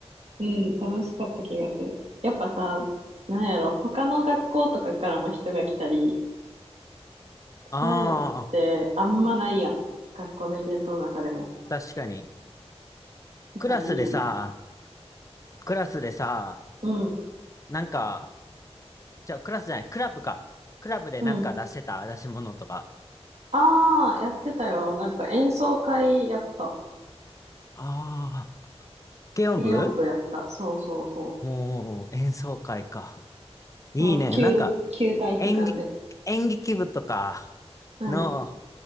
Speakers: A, on the right; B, on the left.
A: うん、楽しかった気がする。やっぱさ、なんやろ、他の学校とかからも人が来たり、そういうのってあんまないやん。
B: あ
A: 学校のイベントの中でも。
B: あ、確かに。
A: だからいいよね。
B: クラスでさ、クラスでさ、
A: うん、
B: なんか、じゃあクラスじゃない、クラブか。クラブでなんか出してた出し物とか。
A: うん。ああ、やってたよ。なんか演奏会やった。
B: ああ、軽音部
A: 軽音部やった。そうそうそう。
B: もう、演奏会か。いいね。
A: そう、旧、
B: なんか、
A: 旧体育館で。
B: 演劇、演劇部とか
A: うん、
B: の、
A: うん、